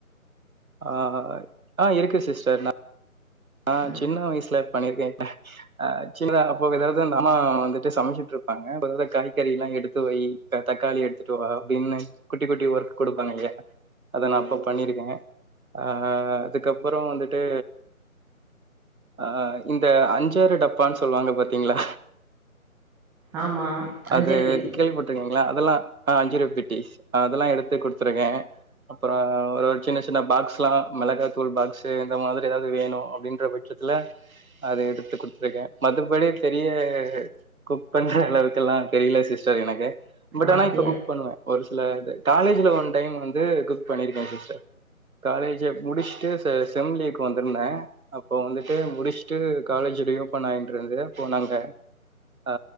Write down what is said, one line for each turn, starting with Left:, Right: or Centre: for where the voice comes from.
Right: ஆ ஆ இருக்கு சிஸ்டர் நா ஆ
Centre: ம்
Right: சின்ன வயசுல பண்ணிருக்கே ஆ சின்னதா அப்போ ஏதாவ்து அம்மா வந்துட்டு சமைச்சுட்டு இருப்பாங்க மொதல்ல காய்கறி எல்லா எடுத்து வை தக்காளி எடுத்துட்டு வா அப்டின்னு குட்டி குட்டி ஒர்க் கொடுப்பாங்க இங்க அத நா அப்போ பண்ணியிருக்கே அ அதுக்கப்புறொ வந்துட்டு அ இந்த அஞ்சர டப்பான்னு சொல்லுவாங்க பாத்தீங்ளா
Centre: ஆமா அஞ்சர
Right: அது
Centre: பெட்டி
Right: கேள்வி பட் ட்ருக்கீங்ளா அதெல்லா அஞ்சர பெட்டி அதெல்லா எடுத்து கொடுத்துருக்கே அப்றொ ஒரு சின்ன சின்ன பாக்ஸ் எல்லா மிளகா தூள் பாக்ஸ் இந்த மாதிரி ஏதாவ்து வேணு அப்டின்ற பட்சத்துல அது எடுத்து கொடுத்துருக்கே மத்தபடி தெரிய குக் பண்ண எல்லாருக்கு எல்லா தெரியல சிஸ்டர் எனக்கு பட்
Centre: அப்டியா
Right: ஆனா இப்ப குக் பண்ணுவே ஒரு சில இது காலேஜ்ல ஒன் டைம் வந்து குக் பண்ணிருக்கே சிஸ்டர் காலேஜ முடிச்சுட்டு செ செம் லீவுக்கு வந்திருந்தே அப்போ வந்துட்டு முடிச்சுட்டு காலேஜ் ரீ ஓபன் ஆயிட்ருந்து அப்போ நாங்க அ